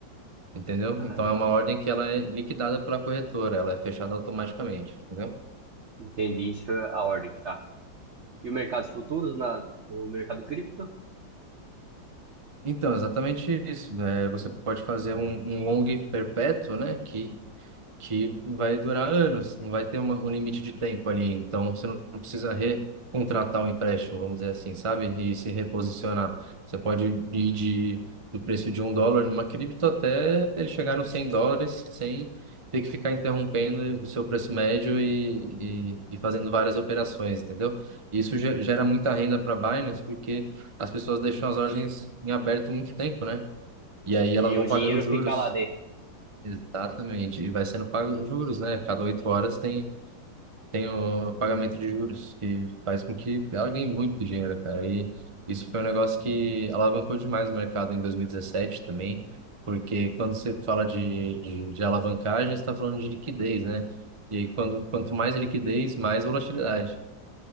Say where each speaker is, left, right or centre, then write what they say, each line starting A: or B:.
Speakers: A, on the right (about 20°); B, on the right (about 50°).
A: entendeu?
B: Cara,
A: Então, é uma ordem que ela é liquidada pela corretora, ela é fechada automaticamente, entendeu?
B: entendi isso, é a ordem, tá. E o mercado de futuros na, no mercado cripto?
A: Então, exatamente isso. né? você pode fazer
B: Ah,
A: um, um long perpétuo, né? Que que vai durar anos, não vai ter uma- um limite de tempo ali. Então, você não precisa recontratar o empréstimo, vamos dizer assim, sabe? E se reposicionar. Você pode ir de, do preço de um dólar numa cripto até ele chegar nos 100 dólares sem ter que ficar interrompendo o seu preço médio e, e, e fazendo várias operações, entendeu? E Isso ge- gera muita renda para Binance porque as pessoas deixam as ordens em aberto muito tempo, né? E aí elas
B: e
A: vão
B: o
A: pagando
B: dinheiro
A: juros.
B: fica lá dentro.
A: Exatamente. E vai sendo pago os juros, né? Cada oito
B: Hum,
A: horas tem, tem o pagamento de juros, que faz com que ela ganhe muito dinheiro, cara. E isso foi um negócio que alavancou demais o mercado em 2017 também, porque quando você fala de, de, de alavancagem, você está falando de liquidez, né? E aí, quando, quanto mais liquidez, mais volatilidade.